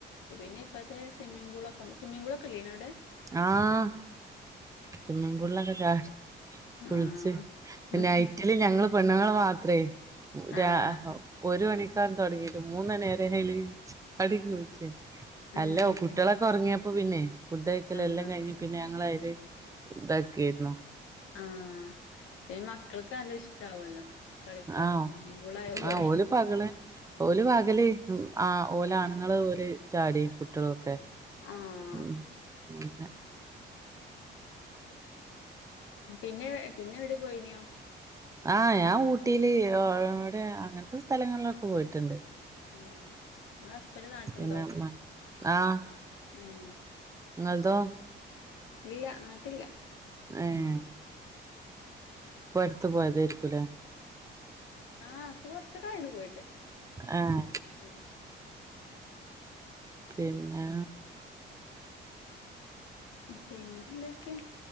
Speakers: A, on the left; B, on the right.
A: പിന്നെ ഇപ്പത്തെ സിമീം പൂളൊക്ക് സിംമിം പൂളൊക്കെല്യേനൊ ഔടെ
B: ആഹ് സ്വിമ്മിംഗ് പൂളിലൊക്കെ ചാടി കുളിച്ച്
A: ആഹ് ഉം
B: നൈറ്റില് ഞങ്ങ ങ്ങള് പെണ്ണുങ്ങങ്ങള് മാത്രെ മു രാ
A: ആഹ്
B: ഒരു തുടങ്ങിട്ട് മൂനണിരെ അയ്ല് ചാടിക്കുള് ച്ചേ നി അലോ
A: ഏഹ്
B: കുട്ടിളൊക്കെ ഒരങ്ങിയോ അപ്പ പിന്നെ ഫുഡ്‌ ലെല്ലാം
A: ആഹ്
B: കഴിഞ്ഞ് പിന്നെ ഞങ്ങളയ്ലെ ഇതാക്കേര്ന്നു
A: ആഹ് ഇനി മക്കൾക്ക് നല്ല ഇഷ്ടാവല്ലോ കളിക്കാന്
B: ആഹ്
A: സ്വിമ്മിംഗ് പൂളായ പോലെ
B: ആ ഓല് പകള് ഓല്
A: ആഹ്
B: പകല് ആഹ് ഓല് ആണുങ്ങള് ഓല് ചാടി കുട്ടികളൊക്കെ
A: ആഹ്
B: ഉം ന്നെ
A: പിന്നെ പിന്നെ എവിടെ പോയിരുന്നോ
B: ആഹ് ഞാ ഊട്ടിയില് ആ ഒ ഔട അങ്ങനത്ത സ്ഥലങ്ങളിലൊക്കെപോയിട്ട് ണ്ട്
A: ഉം ന്നാ ഹസ്ബന്റ് നാട്ടിലണ്ടോ
B: പിന്നെ മ ആഹ്
A: ഏഹ്
B: ഇങ്ങൾതോ
A: അയ്ശരി ഇല്ല നാട്ടില്ല
B: ഏഹ് പ്പ അടുത്ത് പോയതാരിക്കൂലേ
A: ആഹ് അപ്പൊ കൊറച്ചക്കായനു പോയിട്ട്
B: ആഹ്
A: ഉം
B: പിന്നേ
A: പിന്നെ എന്തൊക്കെ